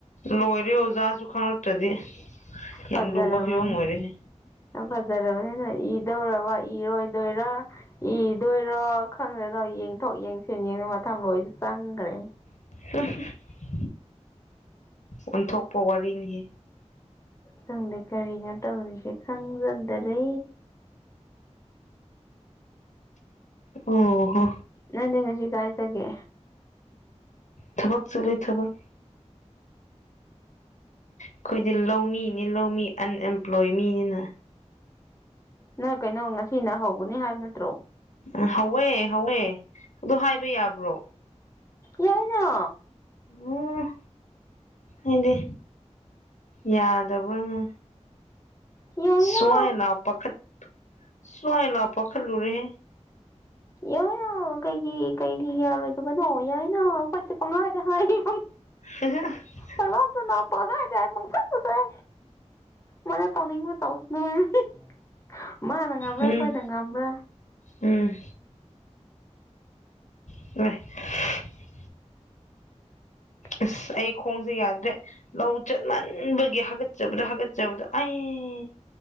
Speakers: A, on the left; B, on the left.
A: ꯂꯣꯏꯔꯦ ꯑꯣꯖꯥꯁꯨ ꯈꯪꯂꯛꯇ꯭ꯔꯗꯤ
B: ꯐꯖꯔꯕꯅꯤ
A: ꯌꯥꯝ ꯂꯨꯕ ꯐꯤꯕꯝ ꯑꯣꯏꯔꯦꯍꯦ
B: ꯐꯖꯔꯕꯅꯤꯅ ꯏꯗꯧꯔꯕ ꯏꯔꯣꯏꯗꯣꯏꯔ ꯏꯗꯣꯏꯔꯣ ꯈꯪꯗꯦꯗ ꯌꯦꯡꯊꯣꯛ ꯌꯦꯡꯁ ꯌꯦꯡꯕꯗ ꯃꯊꯪ ꯂꯣꯏꯁꯨ ꯆꯪꯈ꯭ꯔꯦ
A: <unintelligible> ꯑꯣꯟꯊꯣꯛꯄ ꯋꯥꯔꯤꯅꯤꯍꯦ
B: ꯈꯪꯗꯦ ꯀꯔꯤꯅꯣ ꯇꯧꯔꯤꯁꯦ ꯈꯪꯖꯗꯔꯦ
A: ꯑꯣ ꯍꯣ
B: ꯅꯪꯗꯤ ꯉꯁꯤ ꯀꯥꯏ ꯆꯠꯀꯦ
A: ꯊꯕꯛ ꯆꯠꯂꯦ ꯊꯕꯛ ꯑꯩꯈꯣꯏꯗꯤ ꯂꯧꯃꯤꯅꯤ ꯂꯧꯃꯤ ꯑꯟꯑꯦꯝꯄ꯭ꯂꯣꯏ ꯃꯤꯅꯤꯅ
B: ꯅꯣꯏ ꯀꯩꯅꯣ ꯉꯁꯤꯅ ꯍꯧꯒꯅꯤ ꯍꯥꯏꯕ ꯅꯠꯇ꯭ꯔꯣ
A: ꯎꯝ ꯍꯧꯋꯦ ꯍꯧꯋꯦ ꯑꯗꯨ ꯍꯥꯏꯕ ꯌꯥꯕ꯭ꯔꯣ
B: ꯌꯥꯏꯅ
A: ꯎꯝ ꯑꯩꯗꯤ ꯌꯥꯗꯕꯅ
B: ꯌꯥꯏꯅ
A: ꯁꯋꯥꯏ ꯂꯥꯎ ꯄꯈꯠ ꯁꯋꯥꯏ ꯂꯥꯎ ꯄꯈꯠꯂꯨꯨꯔꯍꯦ
B: ꯌꯥꯏꯅ ꯀꯩꯒꯤ ꯀꯩꯒꯤ ꯌꯥꯔꯣꯏꯗꯕꯅꯣ ꯌꯥꯏꯅ ꯑꯩꯈꯣꯏ ꯄꯪꯍꯥꯏꯗ ꯍꯥꯏꯌꯦ
A: <inaudible>
B: ꯄꯪꯅꯣꯛꯇ ꯅꯣꯛ <unintelligible> ꯄꯪꯁꯪꯇ ꯁꯣꯏ ꯃꯥꯅ ꯇꯧꯅꯤꯡꯕ ꯇꯧꯁꯅꯣꯍꯦ ꯃꯥꯅ ꯉꯝꯕ꯭ꯔꯥ
A: ꯎꯝ
B: ꯑꯩꯈꯣꯏꯅ ꯉꯝꯕ꯭ꯔꯥ
A: ꯎꯝ <inaudible>
B: <inaudible>
A: ꯑꯁ ꯑꯩ ꯈꯣꯡꯁꯦ ꯌꯥꯗ꯭ꯔꯦ ꯂꯧ ꯆꯠꯃꯟꯕꯒꯤ ꯍꯥꯒꯠꯆꯕꯗ ꯍꯥꯒꯠꯆꯕꯗ ꯑꯩ